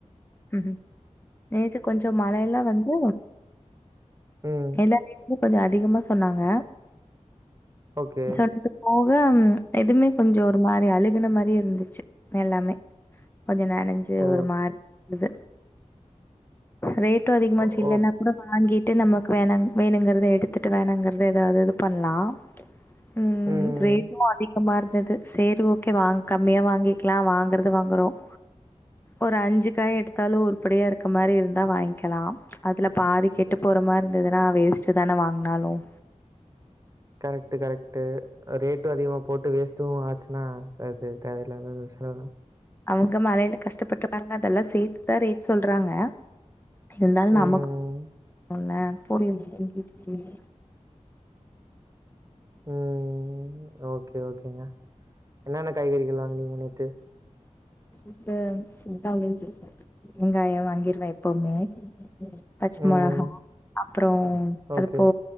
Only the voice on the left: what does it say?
<unintelligible> கொஞ்ச மழயெலாம் வந்து
<unintelligible> கொஞ்ச அதிகமா சொன்னாங்க
சொல்லது போ <unintelligible> எதுமே கொஞ்ச ஒரு மாரி அழுகுன மாரி இருந்துச்சு எல்லாமே கொஞ்ச நனஞ்சு
ஒரு மாரி இது ரேட் கூட்டோம் அதிகமான்சி
இல்லன்னா
கூட வாங்கிட் ட்டு நமக்கு வேண வேணுங்கறத எடுத்துட்டு வேணாங்குறத எதாது இது பண்ணலாம் உம்
ரேட்டும் அதிக இருந்தது சரி ஓகே வா கம்மியா வாங்கிக்கலாம் வாங்கறது வாங்குறோம் ஒரு அஞ்சு க்காய் எடுத்தாலும் உருப்படியா இருக்க மாரி இருந்தா வாங்கிக்கலாம் அதுல பாதி கெட்டு போற மாரி இருந்ததுன்னா வேஸ்ட் தானே வாங்கினாலும்
அவங்க மழயில கஷ்டப்பட்டுவாங்க அதெல்லாம் சேத்துதான் ரேட் சொல்றாங்க இருந்தாலும்
நமக்கு ல போடி உம்
இப்ப வெங்காயம் வாங்கிருவேன் எப்பவுமே பச்ச
மிளகா அப்பறம் அது
போ